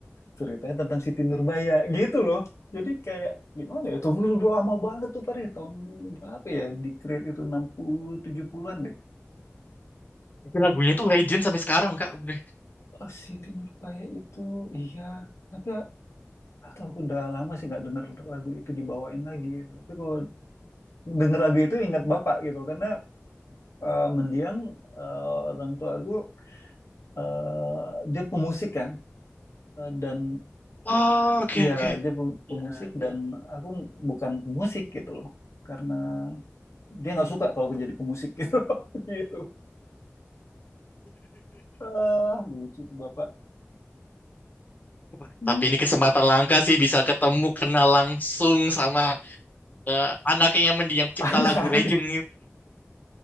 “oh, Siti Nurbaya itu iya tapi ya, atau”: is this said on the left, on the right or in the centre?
Left